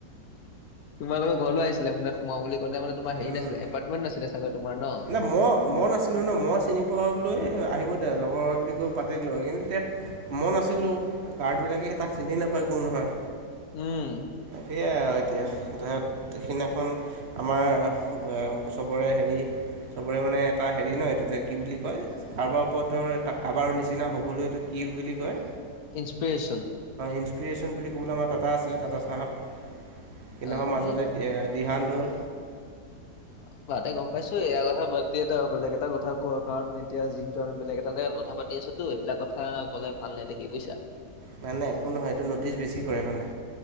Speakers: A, on the left (about 65°); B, on the right (about 50°).
A: তোমালোকৰ ঘৰলৈ আহিছিলে মানে সোমাও বুলি কওতে মানে তোমাৰ হেৰি
B: পৰা
A: নাছিলে এপাৰ্টমেণ্ট নাছিলে চাগে তোমাৰ ন
B: নাই মই মই নাছিলো ন মই চিনি পোৱা বুলো এই আহিব দে লগৰ হয় বুলি কৈ পাতি দিলো হয় কিন্তু এতিয়া মই নাছিলো, গাৰ্ড বিলাকে তাক চিনি নাপায় কোন হয়
A: উম।
B: সেয়াই আৰু এতিয়া ধৈয়ত সিদিনাখন আমাৰ চবৰে হেৰি চবৰে মানে এটা হেৰি ন এইটো যে কি বুলি কয় কাৰোবাৰ ওপৰত ধৰ এটা কাৰোবাৰ নিচিনা হবলৈ এইটো কি বুলি কয়?
A: ইনস্পিৰেচন
B: ইনস্পীৰেশ্যন বুলি ক'বলৈ আমাৰ টাটা আছিলে টাটা চাহাব সেইদিনাখন
A: অ
B: মাজতে
A: এই
B: দিহান ঢোল
A: অ তাতে গম পাইছো এয়াৰ কথা বাত দিয় এ বেলেগ এটা কথা কোৱা কাৰণ এতিয়া যিহেতু আমি বেলেগ এটা জেগাত কথা পাতি আছো তো এইবিলাক কথা কলে ভাল নাই দেখি বুজিছা।
B: নাই- নাই একো নহয় এইটো ন'টিছ বেছি কৰে মানে